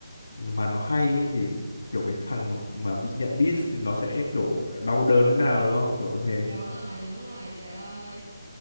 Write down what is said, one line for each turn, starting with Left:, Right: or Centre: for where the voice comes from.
Left: mà nó hay ấy thì kiểu cái thằng mà mà bị nhận diss thì nó sẽ kiểu đau đớn thế nào đúng không kiểu như thế
Right: đúng rồi đúng rồi trời ơi